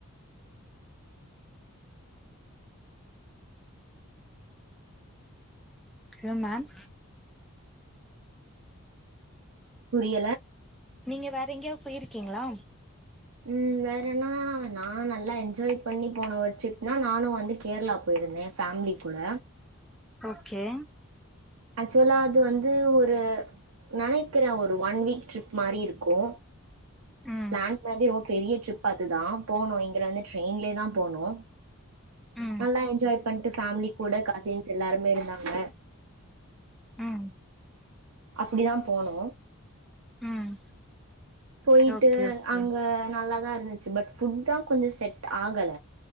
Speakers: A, in the centre; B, on the right.
A: ஹலோ மேம்
B: புரியல
A: நீங்க வேற எங்கேயாவது போயிருக்கீங்களா
B: ம் வேறன்னா நா நல்லா என்ஜாய் பண்ணி போன ஒரு ட்ரிப்னா நானு வந்து கேரளா போயிருந்தே ஃபேமிலி கூட
A: ஓகே
B: ஆக்சுவலா அது வந்து ஒரு நெனைக்கிறே ஒரு ஒன் வீக் ட்ரிப் மாரி இருக்கு
A: ம்
B: பிளான் பண்ணதே ரொம்ப பெரிய ட்ரிப் அதுதா போனோ இங்க வந்து ட்ரெயின்லேயே தா போனோ
A: ம்
B: நல்லா என்ஜாய் பண்ணிட்டு ஃபேமிலி கூட கசின்ஸ் எல்லாருமே இருந்தாங்க
A: ம்
B: அப்படிதா போனோ
A: ம்
B: போயிட்டு
A: ஓகே ஓகே
B: அங்க நல்லாதா இருந்துச்சு பட் ஃபுட் தா கொஞ்சோ செட் ஆகல